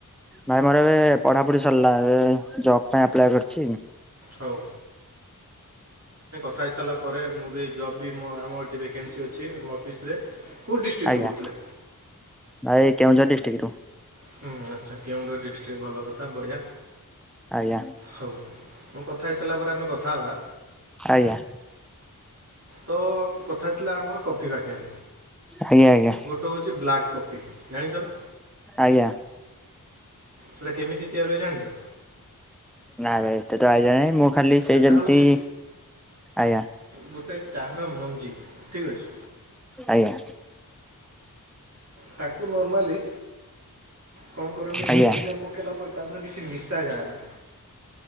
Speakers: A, in the centre; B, on the right.
A: ନାଇଁ ମୋର ଏବେ ପଢାପଢି ସରିଲା ଏବେ ଜବ ପାଇଁ ଆପ୍ଲାଏ କରିଚି।
B: ହଉ ପାଇ ସାରିଲା ପରେ ମୁଁ ବି ଜବ୍ ବି ଆମ ଏଠି ଭେକେନ୍ସି ଅଛି ମୋ ଅଫିସରେ କେଉଁ ଡିଷ୍ଟ୍ରିକ୍ଟରୁ
A: ଆଜ୍ଞା
B: କହୁଥିଲେ
A: ଭାଇ କେଉଁଝର ଡିଷ୍ଟିକରୁ।
B: ହୁଁ ଆଛା କେଉଁଝର ଡିଷ୍ଟିକି ଭଲ କଥା ବଢିଆ।
A: ଆଜ୍ଞା
B: ହଉ ମୁଁ କଥା ହେଇସାରିଲା ପରେ ଆମେ କଥା ହବା।
A: ଆଜ୍ଞା
B: ତ କଥା ଥିଲା ଆମର କଫି ପାକେଟ୍
A: ଆଜ୍ଞା ଆଜ୍ଞା
B: ଗୋଟେ ହଉଚି ବ୍ଲାକ୍। କଫି ଜାଣିଛ ନା?
A: ଆଜ୍ଞା।
B: ହେଟା କେମିତି ତିଆରି ହୁଏ ଜାଣିଚ?
A: ନାଇ ଭାଇ ଏତେ ତ ଆଇଡ଼ିଆ ନାଇଁ ମୁଁ ଖାଲି
B: ସେଇଟା
A: ସେ ଯେମତି
B: ହେଉଛି
A: ଆଜ୍ଞା।
B: ଗୋଟେ ଚାହାର ମଞ୍ଜି। ଠିକ୍ ଅଛି
A: ଆଜ୍ଞା।
B: ତାକୁ ନର୍ମାଲି କଣ କରନ୍ତି
A: ଆଜ୍ଞା
B: ମେସିନରେ ପକେଇଲା ପରେ ତା ପରେ କିଛି ମିଶା ଯାଏ ନା।